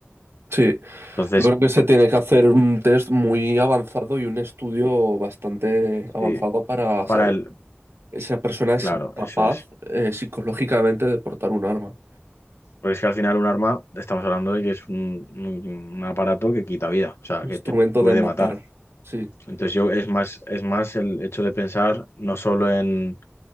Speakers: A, on the right; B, on the left.
A: Sí,
B: Entonces,
A: yo creo que se tiene que hacer un test muy avanzado y un estudio bastante avanzado
B: sí,
A: para
B: para
A: saber.
B: el,
A: Esa persona
B: Claro,
A: es capaz
B: eso es.
A: eh, psicológicamente de portar un arma,
B: Porque es que al final un arma, estamos hablando de que es un, un- un aparato que quita vida, o sea,
A: un
B: que
A: instrumento
B: te puede
A: de matar.
B: matar.
A: Sí,
B: Entonces yo es más, es más el hecho de pensar no solo en,